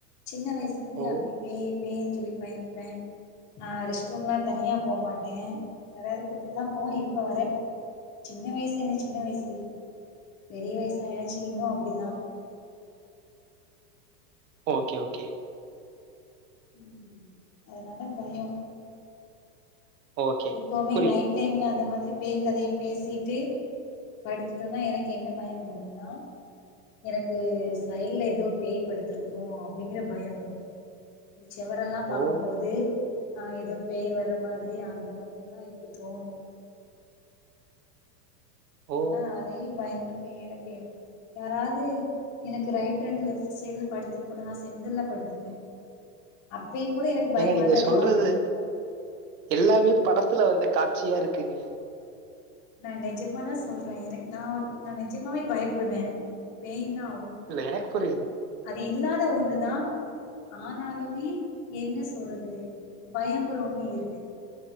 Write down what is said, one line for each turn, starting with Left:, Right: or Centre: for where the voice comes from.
Left: சின்ன வயசுல இருந்து
Right: ஓ!
Left: அப்டி பேய் பேய் பாயந்துப்பே ஆஹ் ரெஸ்ட்ரூம்லா தனியா போமாட்ட ட்டேன் யாரது கூட்டுட்டு தா போவோ இப்ப வர சின்ன வயசு என்ன சின்ன வயசு பெரிய வயசு ஆயாச்சு இன்னு அப்டிதா
Right: ஓகே ஓகே
Left: ம் அதனால பயோ
Right: ஓகே.
Left: இப்பவுமே
Right: புரியுது.
Left: நைட் டைம்ல அந்த மாதிரி பேய் கதைய பேசிட்டு படுத்துட்டோனா எனக்கு என்ன பயோ வந்துருன்னா எனக்கு சைல்ல ஏதோ பேய் படுத்திருக்குமோ அப்டிங்கிற பயோ வரு இந்த செவரெல்லா பாக்கும்போது
Right: ஓ!
Left: அ ஏதோ பேய் வர்ற மாதிரி அந்த மா மாதிரிலா எனக்கு தோணு
Right: ஓ!
Left: ஆனா அதயு பயந்து ப்ப எனக்கு யாராது எனக்கு ரைட் ஹண்ட் லெஃப்ட் சைட்ல படுத்திருக்கனு நா செடர்ல படுத்துப்பே அப்பயு கூட எனக்கு பயமாதா
Right: ஏங்க நீங்க
Left: இருக்கு
Right: சொல்றது
Left: அப்டி
Right: எல்லாமே படத்துல வந்த காட்சியா இருக்குங்க
Left: நா நெஜமா தா சொல்றே எனக் நா ஒரு நா நெஜமாவே பயப்படுவே எனக்கு பேயின்னா
Right: இல்ல எனக் பரியது
Left: அது இல்லாத ஒண்ணதா ஆனாலுமே என்ன சொல் து பயோங்கர ஒன்னு இருக்கு